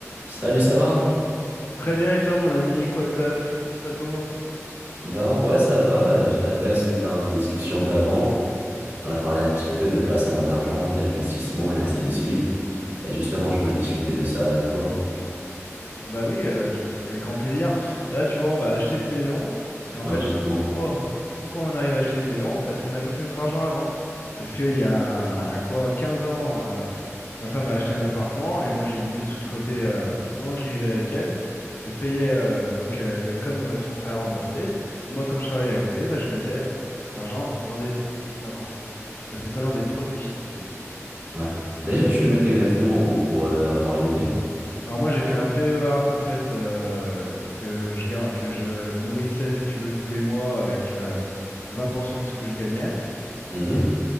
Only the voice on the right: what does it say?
Salut, ça va?
Ben, en vrai, ça va. Euh, Je t'appelle suite à notre discussion d'avant. On a parlé un petit peu de placement d'argent, d'investissement et ainsi de suite. Et justement, je voulais discuter de ça avec toi.
Ouais,
justement.
Ouais. D'ailleurs, tu me mets exactement où pour euh, avoir une idée?
Mhm.